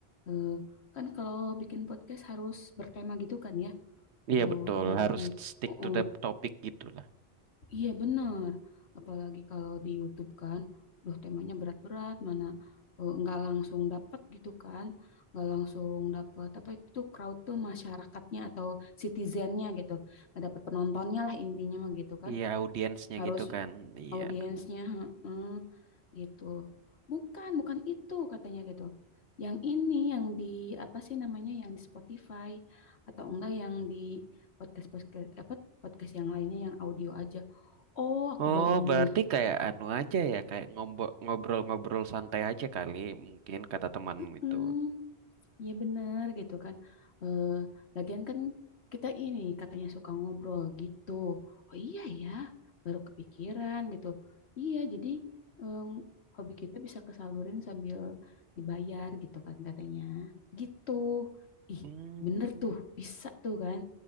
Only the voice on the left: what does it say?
Eh, kan kalau bikin podcast harus bertema gitu kan ya
oh
apalagi
Oh,
oh.
Iya benar, apalagi kalau di YouTube kan, duh temanya berat-berat, mana eh, nggak langsung dapat gitu kan, nggak langsung dapat apa itu tuh crowd tuh masyarakatnya atau citizennya gitu, nggak dapat penontonnya lah intinya mah gitu kan,
harus
audiensnya heeh, gitu, bukan bukan itu katanya gitu, yang ini yang di apa sih namanya yang di Spotify atau enggak yang di podcast podcast apa podcast yang lainnya yang audio aja. Oh, aku
baru ngeh.
Hmm,
ya benar gitu kan. Eh, lagian kan kita ini katanya suka ngobrol gitu. Oh iya ya, baru kepikiran gitu. Iya, jadi em, hobi kita bisa kesalurin sambil dibayar gitu kan katanya. Gitu. Ih,
bener tuh, bisa tuh kan.